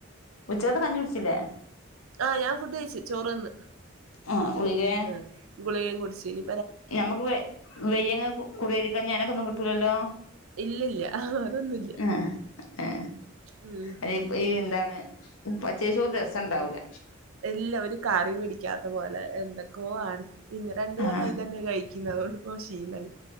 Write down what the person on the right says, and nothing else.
ആഹ് ഞാൻ ഫുഡ് കഴിച്ച് ചോറ് തിന്ന്.
ആഹ് ഗുളികയും കുടിച്ചിനി.
ഇല്ല ഇല്ല അതൊന്നും ഇല്ല
ഉം.
ഇല്ല ഒരു കറി പിടിക്കാത്ത പോലെ എന്തൊക്കൊ ആണ്. പിന്നെ രണ്ട് കൊല്ലായി
ഇതന്നെ കഴി ക്കന്ന കൊണ്ട് ഇപ്പോ ശീലായി.